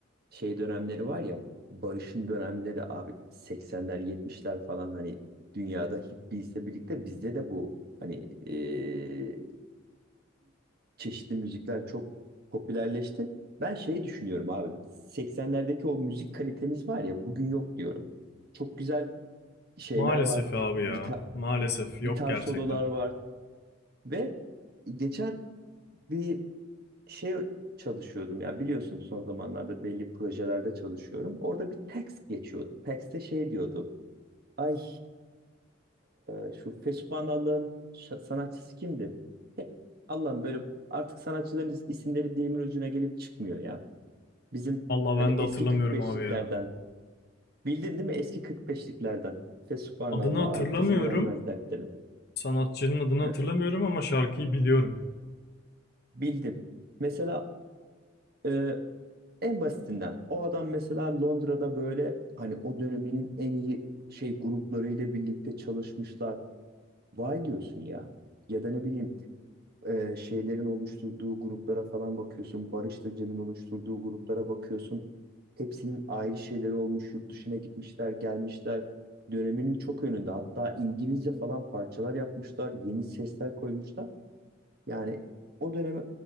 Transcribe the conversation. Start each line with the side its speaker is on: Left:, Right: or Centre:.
Right: şey dönemleri var ya barışın dönemleri abi 80'ler 70'ler falan hani dünyada hippiesle birlikte bizde de bu hani eee, çeşitli müzikler çok popülerleşti. Ben şey düşünüyorum abi 80'lerdeki o müzik kalitemiz var ya bugün yok diyorum. Çok güzel şeyler
Left: Maalesef
Right: var.
Left: abi ya.
Right: Gitar
Left: Maalesef yok
Right: gitar
Left: gerçekten.
Right: sololar var ve geçen bir şey çalışıyordum ya biliyorsun son zamanlarda belli projelerde çalışıyorum. Orada bir text geçiyordu. Text'te şey diyordu. Ay e, şu Fesuphanallah'ın şa- sanatçısı kimdi? Hep Allah'ım böyle artık sanatçıların is- isimleri dilimin ucuna gelip çıkmıyor ya. Bizim
Left: Vallahi
Right: hani
Left: ben
Right: eski
Left: de hatırlamıyorum
Right: 45'liklerden
Left: abi ya.
Right: bildin değil mi? Eski 45'liklerden. Fesuphanallah
Left: Adını hatırlamıyorum.
Right: arkası gelmez dertlerin.
Left: Sanatçının adını
Right: Heh,
Left: hatırlamıyorum ama şarkıyı biliyorum.
Right: Bildin. Mesela e, En basitinden o adam mesela Londra'da böyle hani o döneminin en iyi şey gruplarıyla birlikte çalışmışlar. Vay diyorsun ya. Ya da ne bileyim e, şeylerin oluşturduğu gruplara falan bakıyorsun. Barış'la Cem'in oluşturduğu gruplara bakıyorsun. Hepsinin ayrı şeyleri olmuş. Yurt dışına gitmişler, gelmişler. Döneminin çok önünde. Hatta İngilizce falan parçalar yapmışlar. Yeni sesler koymuşlar. Yani o dönemi